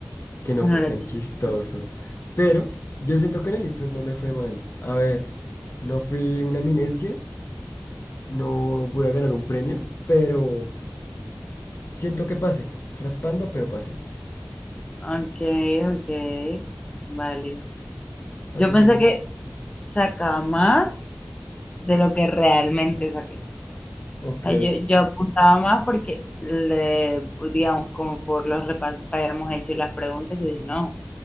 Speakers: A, on the left (about 65°); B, on the left (about 25°).
A: que no
B: Ah,
A: fue
B: No era
A: tan
B: chistoso.
A: chistoso. Pero yo siento que en el ICFES no me fue mal. A ver, no fui una eminencia, no voy a ganar un premio, pero siento que pasé. Raspando, pero pasé.
B: Ok, ok. Vale.
A: ¿A
B: Yo
A: ti
B: pensé
A: cómo?
B: que sacaba más de lo que realmente saqué.
A: Ok.
B: O sea, yo, yo apuntaba más porque, le, digamos, como por los repasos que habíamos hecho y las preguntas, yo dije, no,